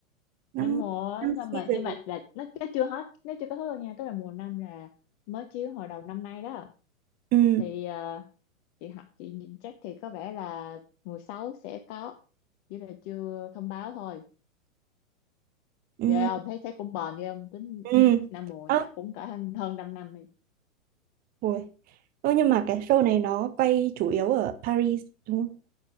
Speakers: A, on the right; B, on the left.
A: năm
B: năm mùa á,
A: năm
B: xong
A: season.
B: mà nhưng mà là nó nó chưa hết nó chưa kết thúc đâu nha tức là mùa năm là mới chiếu hồi đầu năm nay đó
A: Ừ.
B: thì ờ, chị học chị nhìn chắc thì có vẻ là mùa sáu sẽ có chỉ là chưa thông báo thôi
A: Ừ.
B: ghê không thấy thấy cũng bền ghê không tính
A: Ừ.
B: năm muộn
A: Ờ,
B: chắc cũng cả hơn hơn 5 năm đi
A: Ôi. Ơ nhưng mà cái show này nó quay chủ yếu ở Paris đúng không?